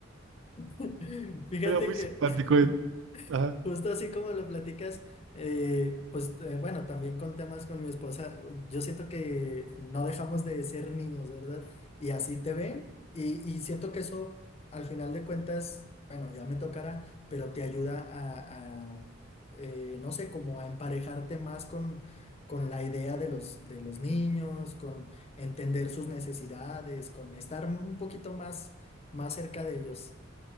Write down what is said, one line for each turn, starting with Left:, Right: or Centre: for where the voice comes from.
Left: <laughs> Fíjate
Right: Era muy
Left: que
Right: simpático.
Left: <laughs>
Right: eh. Ajá.
Left: Justo así como lo platicas, eh, pues eh, bueno, también con temas con mi esposa, yo siento que no dejamos de ser niños, ¿verdad? Y así te ven y, y siento que eso al final de cuentas, bueno, ya me tocará, pero te ayuda a, a, eh, no sé, como a emparejarte más con, con la idea de los, de los niños, con entender sus necesidades, con estar un poquito más, más cerca de ellos.